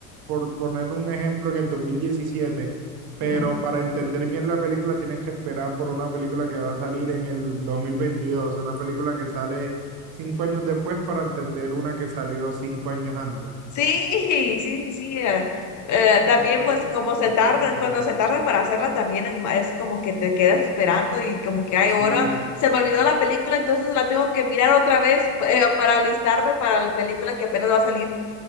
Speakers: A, on the right; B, on the left.
A: por poner un ejemplo, en el 2017, pero
B: Ujú.
A: para entender bien la película tienes que esperar por una película que va a salir en el 2022, una película que sale cinco años después para entender una que salió cinco años antes.
B: Sí, sí, sí. eh, eh, también
A: Entonces,
B: pues como se
A: entonces
B: tardan,
A: es lo interesante.
B: cuando se tardan para hacerla también es, ma- es como que te quedas esperando y como que hay
A: Sí,
B: hora, se me olvidó la película, entonces la tengo que mirar otra vez eh, para alistarme para la película que apenas va a salir.